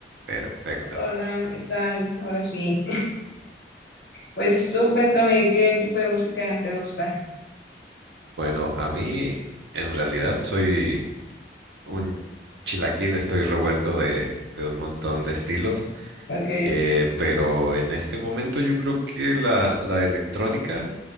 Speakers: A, on the right; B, on the left.
A: Perfecto.
B: Hola, ¿qué tal? Ahora sí. Pues tú cuéntame qué tipo de música te gusta.
A: Bueno, a mí en realidad soy un chilaquil, estoy revuelto de, de un montón de estilos,
B: Ok.
A: eh, pero en este momento yo creo que la, la electrónica